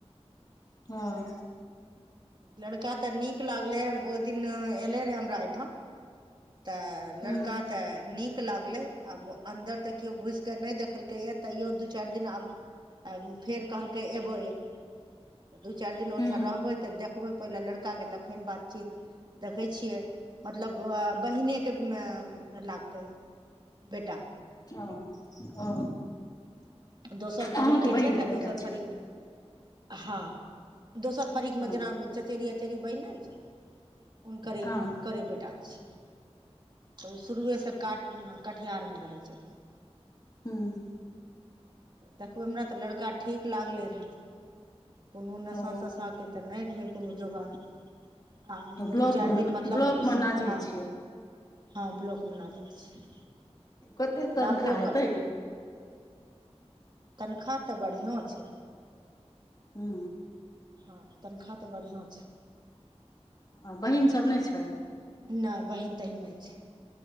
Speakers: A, on the left; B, on the right.
A: हँ
B: लड़का तऽ नीक लागलै, ओहि दिन एले रहै हमरा एहि ठाम। तऽ लड़का
A: हूँ
B: तऽ नीक। कऽ लागलै, आब अन्दर तऽ केओ घुसि कऽ नहि देखलकै यै, तैयो दू चारि दिन आबै। आ फेर कहलकै, अयबै दू चारि दिन ओहिठाम
A: हूँ
B: रहबै तऽ देखबै। पहिने लड़का के तखन बातचीत देखै छियै, मतलब आ। बहिनके लगतै हऽ बेटा।
A: ओ ओ
B: दोसर फरीकके
A: अहाँके बहिनके
B: छै ने,
A: बेटा
B: दोसर
A: छै
B: फरीक हँ, दोसर। फरीकमे
A: हँ
B: जेना चचेरी अचेरी बहिन नहि छै, हुनकरे
A: हँ
B: हुनकरे बेटा छियै। तऽ ओ शुरुएसँ कटिहारमे रहै छथिन।
A: हूँ
B: तऽ देखबै, हमरा तऽ लड़का ठीक लागलै रहे, कोनो नशा
A: ओ
B: तशा के तऽ। नहि रहै कोनो जोगाड़। आब
A: ब्लॉकमे
B: दू चारि दिन मतलब
A: ब्लॉकमे नाजिर
B: हँ।
A: छियै
B: हँ, ब्लॉकमे नाजिर छै।
A: कते तनखाह
B: बापो ओकर
A: हेतै य?
B: तनखाह तऽ बढ़िऑं छै।
A: हू
B: हँ, तनख्वाह तऽ बढ़िआँ छै।
A: आ बहीन सभ नहि छै?
B: नहि, बहिन तहिन नहि छै,